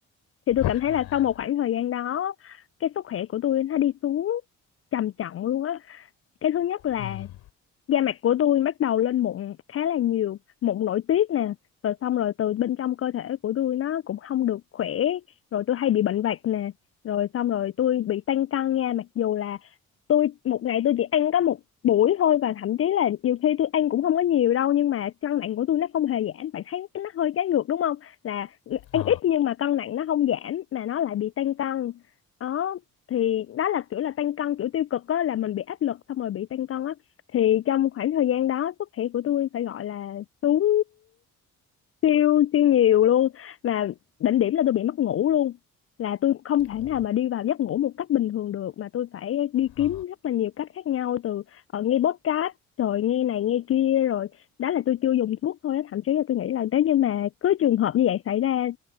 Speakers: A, on the left; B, on the left.
A: thì tôi cảm
B: à,
A: thấy là sau một khoảng thời gian đó cái sức khỏe của tôi nó đi xuống trầm trọng luôn á cái thứ nhất là
B: ừm,
A: da mặt của tôi bắt đầu lên mụn khá là nhiều mụn nổi tiết nè rồi xong rồi từ bên trong cơ thể của tôi nó cũng không được khỏe rồi tôi hay bị bệnh vặt nè rồi xong rồi tôi bị tăng cân nha mặc dù là tôi một ngày tôi chỉ ăn có một buổi thôi và thậm chí là nhiều khi tôi ăn cũng không có nhiều đâu nhưng mà cân nặng của tôi nó không hề giảm bạn thấy nó hơi trái ngược đúng không là ăn
B: ờ,
A: ít nhưng mà cân nặng nó không giảm mà nó lại bị tăng cân đó thì đó là kiểu là tăng cân kiểu tiêu cực á là mình bị áp lực xong rồi bị tăng cân á thì trong khoảng thời gian đó sức khỏe của tôi phải gọi là xuống siêu siêu nhiều luôn mà đỉnh điểm là tôi bị mất ngủ luôn là tôi không thể
B: Ồ.
A: nào mà đi vào giấc ngủ một cách bình thường được mà tôi phải đi kiếm
B: ờ,
A: rất là nhiều cách khác nhau từ ờ, nghe podcast rồi nghe này nghe kia rồi đó là tôi chưa dùng thuốc thôi á. thậm chí là tôi nghĩ là nếu như mà cứ trường hợp như vậy xảy ra